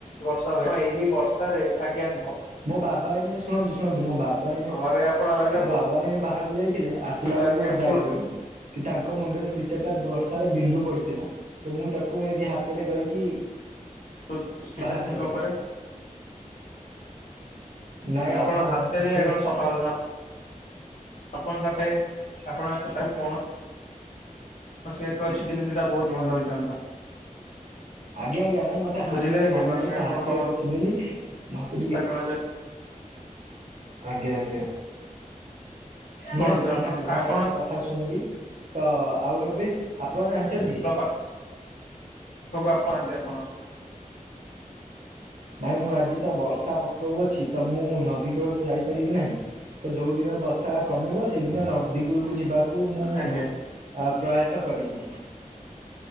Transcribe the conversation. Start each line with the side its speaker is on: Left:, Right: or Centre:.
Left: ହଁ ଏହି ବର୍ଷରେ ଆଜ୍ଞା ଘ
Right: ମୋ ବାବା ଏଇନେ ଶୁଣନ୍ତୁ ଶୁଣନ୍ତୁ ମୋ ବାବାଏଇନେ
Left: ଘରେ ଆପଣ ରହିଲେ
Right: ମୋ ବାବା ଏଇନେ ବାହାରୁ ଯାଇ ଥିଲେ ଆସିଲା
Left: ବହୁତ
Right: ବେଳକୁ
Left: ଆଜ୍ଞା
Right: ଓଦା
Left: କୁହନ୍ତୁ
Right: ହେଇଗଲେ ତାଙ୍କ ମୁଣ୍ଡରେ ଦି ଚାରିଟା ବର୍ଷାର ବିନ୍ଦୁ ପଡିଛି। ଥିଲା ତ ମୁଁ ତାକୁ ଏମିତି ହାତରେ କରିକି
Left: ତ ସ୍ପିତାସ୍ପିଙ୍କ
Right: ବାହାର କରିଦେଲି
Left: ଉପରେ।
Right: ନାଇଁ
Left: କି ଆପଣ
Right: ଅଭଦ୍ର
Left: ହାତ ରେ ଏଆ କଣ ସଫା ଆପଣ ତା କେ ଆପଣ ଆକୁ ତାକୁ କଣ? ହ ସେ କରିଛିଥିଲେ ସେଇଟା ବହୁତ ଭଲ ହେଇଥାନ୍ତା।
Right: ଆଜ୍ଞା ଆଜ୍ଞା ନାଇଁ ମତେ ହାତରେ
Left: ବୁଝିଲେ ଆଜ୍ଞା
Right: ଭଲ
Left: ମୁଁ
Right: ଲାଗେ
Left: ଆପଣ
Right: ତ ହାତରେ
Left: ଆପଣଙ୍କ
Right: ପୋଛିଦେଲି। ମତେ
Left: କଥା
Right: ଟିକେ
Left: କଣ
Right: ଆଜ୍ଞା ଆଜ୍ଞା ନିହାତି
Left: କୁହନ୍ତୁ
Right: ନିହାତି
Left: ଆପଣ
Right: ମୁଁ
Left: ଆପଣ
Right: ଆପଣଙ୍କ କଥାକୁ ଶୁଣିବି। ତ ଆଉ ଏବେ ଆପଣ ଜାଣିଛନ୍ତି?
Left: ସକୁୁ ଆପଣନ୍ତି ଆପଣ?
Right: ନାଇଁ ମୁଁ ଆଜି ତ ବର୍ଷା ପକାବ ଅଛି ତ ମୁଁ ନଦୀ କୂଳକୁ ଯାଇପାରିବି ନାହିଁ। ତ ଯୋଉ ଦିନ ବର୍ଷା କମିବ ସେଇଦିନ ନଦୀଗୁଳକୁ ଯିବା। କୁ ମୁଁ
Left: ଆଜ୍ଞା
Right: ପ୍ରୟାସ କରିବି।